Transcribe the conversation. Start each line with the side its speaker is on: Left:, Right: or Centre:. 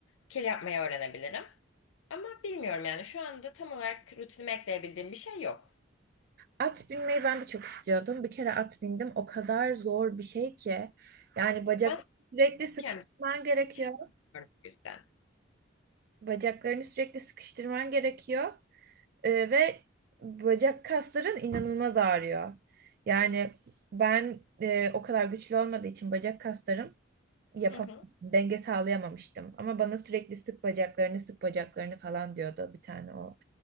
Left: Kil yapmayı öğrenebilirim. Ama bilmiyorum yani şu anda tam olarak rutinime ekleyebildiğim bir şey yok.
Right: At binmeyi ben de çok istiyordum. Bir kere at bindim. O kadar zor bir şey ki. Yani bacak
Left: Ben
Right: sürekli
Left: küçükken
Right: sıkıştırman gerekiyor.
Left: bilmiyorum bu yüzden.
Right: Bacaklarını sürekli sıkıştırman gerekiyor Ee, ve bacak kasların inanılmaz ağrıyor. Yani ben e, o kadar güçlü olmadığı için bacak kaslarım yapamamıştım,
Left: Hı hı.
Right: denge sağlayamamıştım. Ama bana sürekli sık bacaklarını, sık bacaklarını falan diyordu bir tane o